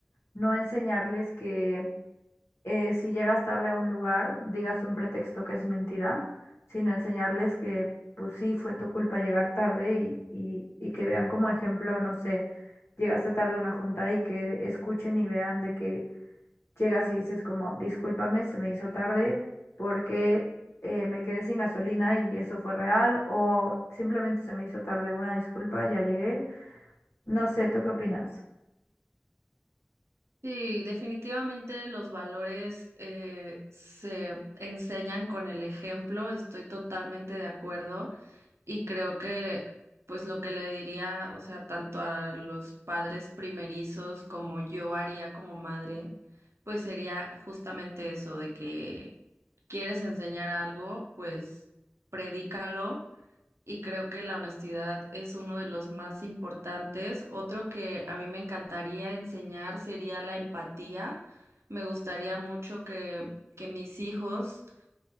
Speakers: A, on the left (about 75°); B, on the right (about 85°).
A: no enseñarles que eh, si llegas tarde a un lugar, digas un pretexto que es mentira, sino enseñarles que, pues sí, fue tu culpa llegar tarde y, y, y que vean como ejemplo, no sé, llegaste tarde a una junta y que escuchen y vean de que llegas y dices como, discúlpame, se me hizo tarde porque eh, me quedé sin gasolina y eso fue real, o simplemente se me hizo tarde, una disculpa, ya llegué. No sé, ¿tú qué opinas?
B: Sí, definitivamente los valores eh, se enseñan con el ejemplo, estoy totalmente de acuerdo y creo que pues lo que le diría, o sea, tanto a los padres primerizos como yo haría como madre, pues sería justamente eso de que quieres enseñar algo, pues predícalo. y creo que la honestidad es uno de los más importantes. Otro que a mí me encantaría enseñar sería la empatía. Me gustaría mucho que, que mis hijos